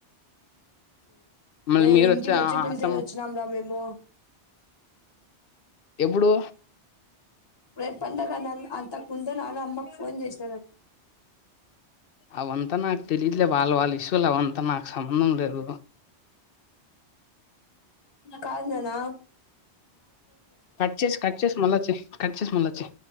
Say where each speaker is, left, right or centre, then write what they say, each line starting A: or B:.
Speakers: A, on the left; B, on the left.
A: మళ్ళీ
B: రే
A: మీరు
B: ఇంటికి వచ్చి పిలిచేసి
A: అత్తమ్మ
B: వచ్చినాం రా మేము
A: ఎప్పుడు
B: రేపుండగా అనగ్ అంతకు ముందు నాన్నమ్మకు ఫోన్ చేస్
A: ఆవంత నక్ తెలిట్లే వాళ్ళు వాళ్ళు ఇష్యూలు ఆవంత నాకు సంబంధం లేదు
B: కాదు నానా
A: కట్ చేేసి కట్ చేేసి మళ్ళచేయి కట్ చేేస్ మళ్ళచే